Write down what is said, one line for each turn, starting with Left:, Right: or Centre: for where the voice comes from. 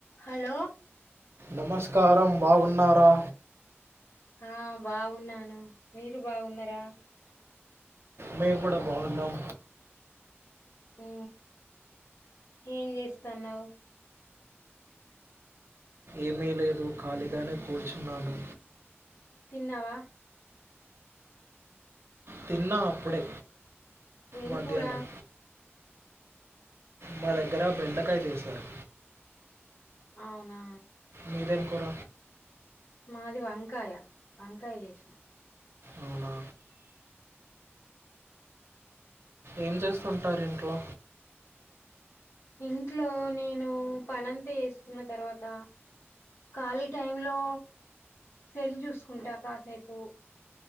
Left: Hello
Right: నమస్కారం బాగున్నారా
Left: ఆ బాగున్నాను మీరు బాగున్నారా
Right: మేము కూడా బాగున్నాం
Left: ఉ ఏం చేస్తాన్నావ్
Right: ఏమీ లేదు ఖాళీగానే కూర్చున్నాను
Left: తిన్నావా
Right: తిన్న అప్పుడే
Left: ఏం
Right: మధ్యాహ్నం
Left: కూర
Right: మా దగ్గర బెండకాయ చేశారు
Left: అవునా
Right: మీదేం కూర
Left: మాది వంకాయ వంకాయ చేసిన
Right: అవునా ఏం చేస్తుంటారు ఇంట్లో
Left: ఇంట్లో నేను పనంతా ఏసుకున్న తర్వాత ఖాళీ టైమ్లో సెల్ జూసుకుంటా కాసేపు